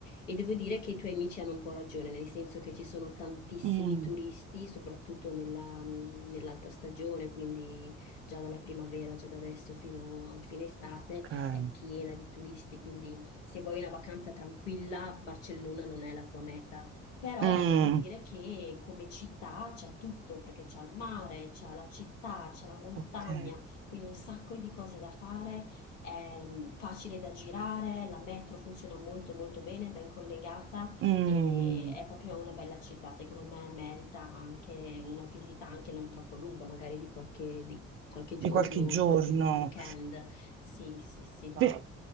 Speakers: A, on the left (about 80°); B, on the right (about 35°).
A: e devo dire che i tuoi amici hanno un po' ragione, nel senso che ci sono tantissimi
B: Mm,
A: turisti, soprattutto nella- nell'alta stagione, quindi già dalla primavera, già da adesso fino a fine estate
B: ok,
A: è piena di turisti, quindi se vuoi una vacanza tranquilla, Barcellona non è la tua meta però
B: Mm,
A: devo dire che come città c'è tutto, perché c'è il mare, c'è la città, c'è la montagna,
B: ok,
A: quindi un sacco di cose da fare, è facile da girare, la metro funziona molto molto bene, ben collegata
B: Mm,
A: e è proprio una bella città, secondo me merita anche una visita anche non troppo lunga, magari di qualche, di qualche
B: di
A: giorno,
B: qualche giorno.
A: di qualche weekend. Sì, sì, sì.
B: Per-